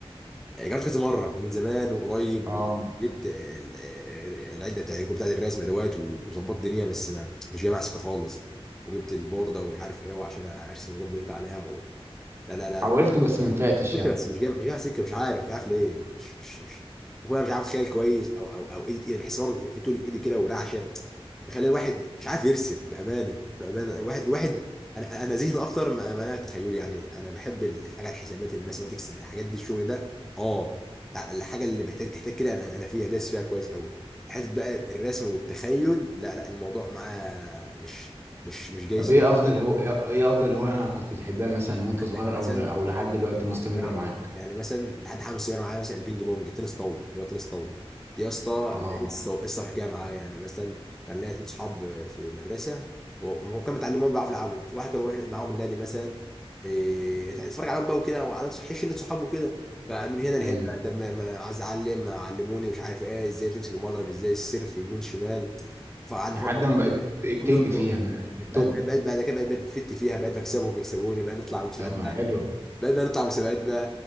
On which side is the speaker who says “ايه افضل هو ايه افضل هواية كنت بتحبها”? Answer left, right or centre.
Right